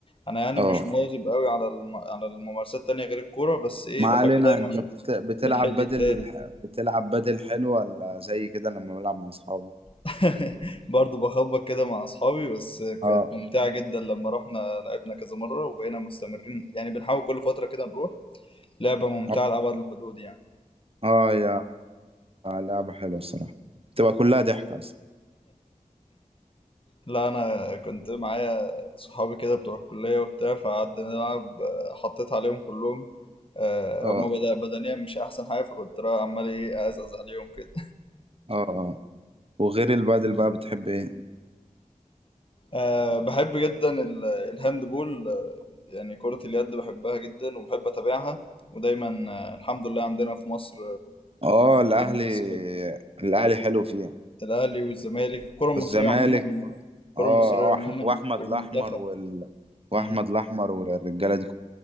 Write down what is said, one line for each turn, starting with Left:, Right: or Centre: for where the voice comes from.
Left: انا يعني
Right: اه
Left: مش مواظب قوي على الم... على الممارسات التانية غير الكوره بس ايه
Right: ما علينا
Left: بحب دايما
Right: انت بت... بتلعب
Left: من الحل
Right: بدل
Left: التاني
Right: بتلعب بدل حلو ولا زي كده لما بلعب مع اصحابي
Left: <laughs> برضه بخبط كده مع اصحابي بس كانت
Right: اه
Left: ممتعة جدا لما رحنا لعبنا كذا مرة وبقينا مستمرين يعني بنحاول كل فترة كده نروح لعبة ممتعة
Right: اه
Left: لأبعد الحدود يعني
Right: آه، يا لعبة حلوة الصراحة تبقى كلها ضحك اصلا
Left: لا انا كنت معايا صحابي كده بتوع الكلية وبتاع فقعدنا نلعب آه، حطيت عليهم كلهم آه،
Right: اه
Left: هما بدا- بدنيا مش احسن حاجة فكنت رايح عمال ايه ازقز عليهم كده
Right: اه اه وغير البدل بقى بتحب ايه
Left: أه بحب جدا ال- الهاند بول آه، يعني كرة اليد بحبها جدا وبحب اتابعها ودايما آه، الحمد لله عندنا في مصر
Right: اه الاهلي
Left: الناس
Right: الاهلي حلو فيها
Left: الاهلي والزمالك الكره المصريه
Right: والزمالك
Left: عموما الكره
Right: اه
Left: المصريه عموما
Right: وأح- واحمد
Left: والمنتخب
Right: الاحمر وال... واحمد
Left: مم.
Right: الاحمر والرجاله دي